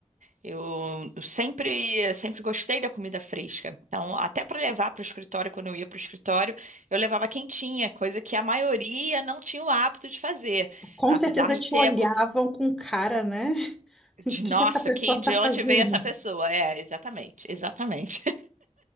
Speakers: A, on the right; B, in the centre.
A: eu sempre sempre gostei da comida fresca. Então até para levar para o escritório, quando eu ia para o escritório, eu levava quentinha, coisa que a maioria não tinha o hábito de fazer,
B: com
A: apesar
B: certeza
A: de
B: te
A: ter
B: olhavam
A: a cu-
B: com cara, né? <laughs>
A: de
B: O que
A: nossa,
B: que essa pessoa
A: quem
B: tá
A: de
B: fazendo?
A: onde veio essa pessoa? É, exatamente, exatamente.